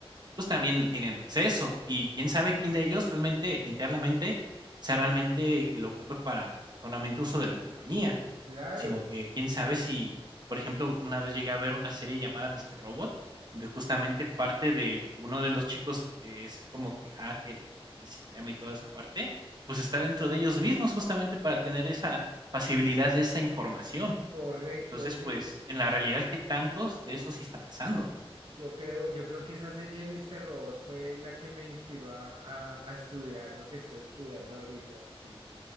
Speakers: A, on the right; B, on the right.
A: pues también tienen acceso. Y quién sabe quién de ellos realmente, internamente, sea realmente que lo ocupe para solamente uso de la compañía,
B: Claro,
A: sino que quién sabe si por ejemplo, una vez llegué a ver una serie llamada Mister Robot, donde justamente parte de uno de los chicos que es como que hacker y antisistema y toda esa parte, pues está dentro de ellos mismos justamente para tener esa facilidad de esa información.
B: correcto.
A: Entonces,
B: Yo,
A: pues en la realidad, ¿qué tantos de eso sí está pasando?
B: yo creo, yo creo que esa serie de Mr. Robot fue la que me inspiró a, a- a estudiar lo que estoy estudiando ahorita. Sí,